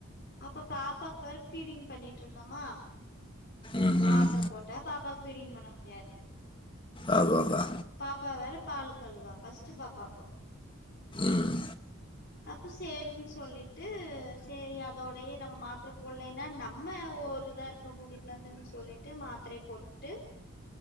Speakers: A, on the left; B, on the left.
A: அப்ப பாப்பாக்கு வேற ஃபீடிங் பண்ணிட்ருந்தோமா
B: ம்
A: மாத்ர
B: ம்
A: போட்டா பாப்பாக் ஃபீடிங் பண்ண முடியாது
B: அதாதா
A: பாப்பா வேற பாலுக்கழுவா ஃபர்ஸ்ட்டு பாப்பா அப்போ
B: ம்
A: அப்போ சேரின் சொல்லிட்டு சேரி அதோடையே நம்ம மாத்ர போல்லைன்னா நம்ம ஒரு இதா இருக்க முடியாதுன் சொல்லிட்டு மாத்ரய போட்டுட்டு